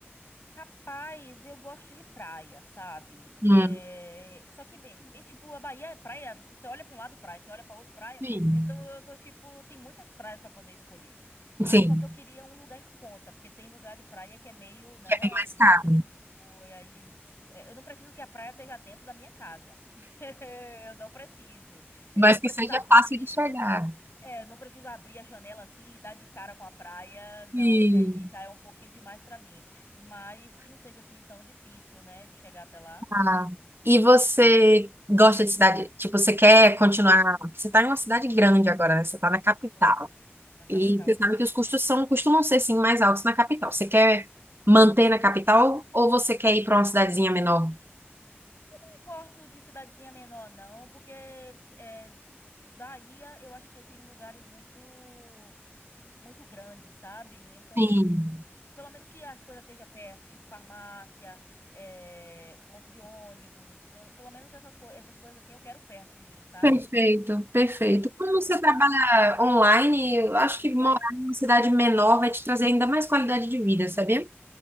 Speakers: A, on the left; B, on the right.
A: Rapaz, eu gosto de praia, sabe?
B: Hum,
A: É, Só que, bem, é tipo, a Bahia é praia. Você olha pra um lado praia, você olha pra outro praia.
B: sim.
A: Então eu tô tipo, tem muitas praias pra poder escolher. Ah,
B: Sim.
A: só que eu queria um lugar em conta, porque tem lugar de praia que é meio, né,
B: é bem mais
A: de
B: caro,
A: rico. E aí, é, eu não preciso que a praia esteja dentro da minha casa. <laughs> Eu não preciso. Eu
B: mas
A: não
B: que
A: preciso
B: seja
A: abrir.
B: fácil de chegar.
A: É, não preciso abrir a janela assim e dar de cara com a praia, não,
B: E,
A: que aí já é um pouquinho demais pra mim. Mas que não seja assim tão difícil, né, de chegar até lá.
B: tá. E você gosta de cidade? Tipo, você quer continuar? Porque Você está em uma cidade grande agora, né? Você está na capital.
A: Tô na capital
B: E você
A: aqui.
B: sabe que os custos são, costumam ser, sim, mais altos na capital. Você quer manter na capital ou você quer ir para uma cidadezinha menor?
A: Não importo de cidadezinha menor, não, porque é, Bahia eu acho que tem lugares muito, muito grandes, sabe? Então,
B: Sim,
A: tipo, pelo menos que as coisas estejam perto, tipo farmácia, é, ponto de ônibus, pelo, pelo menos essas, co essas coisas assim eu quero perto de mim, sabe?
B: perfeito, perfeito.
A: É,
B: Como você
A: Então.
B: trabalha online, eu acho que morar
A: É,
B: em uma cidade menor vai te trazer ainda mais qualidade de vida, sabia?